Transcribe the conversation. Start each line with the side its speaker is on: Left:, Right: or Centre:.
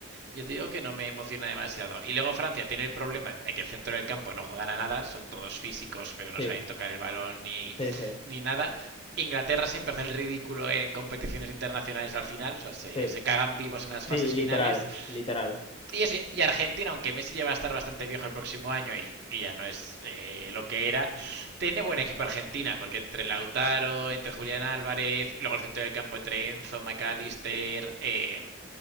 Right: Yo te digo que no me emociona demasiado. Y luego Francia tiene el problema de que el centro del campo no juegan a nada, son todos físicos, pero no
Left: Sí,
Right: saben tocar el balón ni,
Left: sí, sí,
Right: ni nada. Inglaterra siempre hace el ridículo en competiciones internacionales al final, o sea, se,
Left: sí,
Right: se cagan vivos en las fases
Left: sí, literal,
Right: finales
Left: literal,
Right: y, es- y Argentina, aunque Messi ya va a estar bastante viejo el próximo año y, y ya no es eh, lo que era, tiene buen equipo Argentina, porque entre Lautaro, entre Julián Álvarez, luego el centro del campo entre Enzo, McAllister, eh,